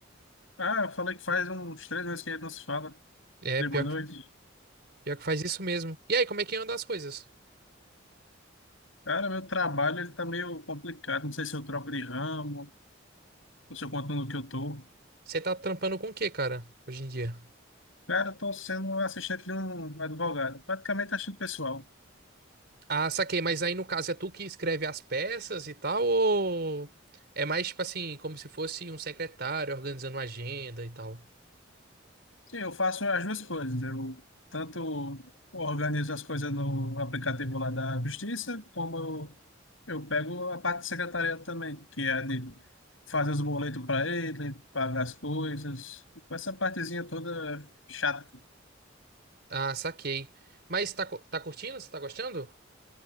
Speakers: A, on the left (about 85°); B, on the right (about 55°).
A: Ah, eu falei que faz uns três meses que a gente não se fala.
B: É,
A: Dei
B: pior
A: boa noite.
B: que, pior que faz isso mesmo. E aí, como é que anda as coisas?
A: Cara, meu trabalho ele tá meio complicado. Não sei se eu troco de ramo, ou se eu continuo no que eu tô.
B: Você tá trampando com o que, cara, hoje em dia?
A: Cara, eu tô sendo um assistente de um advogado. Praticamente assistente pessoal.
B: Ah, saquei, mas aí no caso é tu que escreve as peças e tal, ou é mais tipo assim, como se fosse um secretário organizando uma agenda e tal?
A: Sim, eu faço as duas coisas. Eu tanto organizo as coisas no aplicativo lá da Justiça, como eu, eu pego a parte de secretariado também, que é a de fazer os boletos para ele, pagar as coisas, e com essa partezinha toda chata.
B: Ah, saquei. Mas tá, cu- tá curtindo? Você tá gostando?